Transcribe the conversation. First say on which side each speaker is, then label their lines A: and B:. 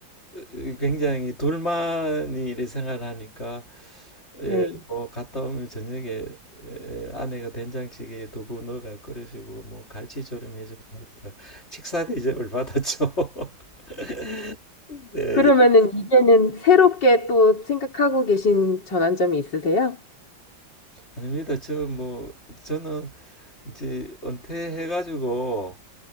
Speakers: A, on the left; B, on the left.
A: 으, 굉장히 둘만이 이렇게 생활하니까 예,
B: 네.
A: 뭐 갔다 오면 저녁에 예, 아내가 된장찌개에 두부 넣어가 끓여주고 뭐 갈치조림 해주고 하니까 식사 대접을 받았죠. <laughs> 네,
B: 그러면은 이제는 새롭게 또 생각하고 계신 전환점이 있으세요?
A: 아닙니다. 저 뭐 저는 이제 은퇴해가지고